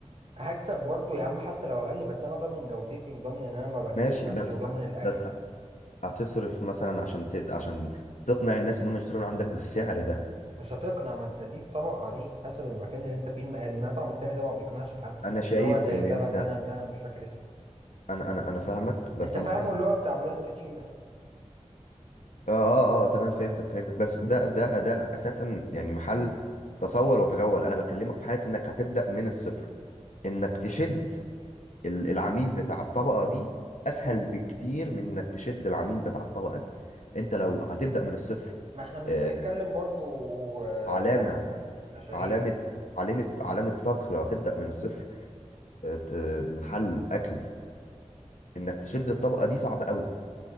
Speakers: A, on the right; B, on the left.
A: هكسب برضو يا عم حتى لو اقل بس انا ضامن جودتي وضامن ان انا ما باذيش
B: ماشي
A: حد
B: بس
A: وضامن الاكل
B: بس هتصرف مثلا عشان ت... عشان تقنع الناس ان هم يشتروا من عندك بالسعر ده
A: مش هتقنع ما انت دي الطبقه دي حسب المكان اللي انت فيه الم- المطعم التاني ده ما بيقنعش حد
B: انا شايف
A: اللي هو زي
B: ان
A: بلبن
B: انت
A: ده انا اللي انا مش فاكر اسمه
B: انا انا انا فاهمك بس
A: انت فاهمه
B: انا حاسس
A: اللي هو بتاع بلاند شو ده
B: اه اه اه تمام فهمتك فهمتك بس ده ده ده اساسا يعني محل تصول وتغول انا بكلمك في حاله انك هتبدا من الصفر انك تشد ال- العميل بتاع الطبقه دي اسهل بكتير من انك تشد العميل بتاع الطبقه دي انت لو هتبدا من الصفر
A: ما احنا مش
B: آه،
A: بنتكلم برضو آه،
B: علامه
A: يعني مشاريع
B: علامه علامه علامه طبخ لو هتبدا من الصفر آه، ت- محل اكل انك تشد الطبقه دي صعب قوي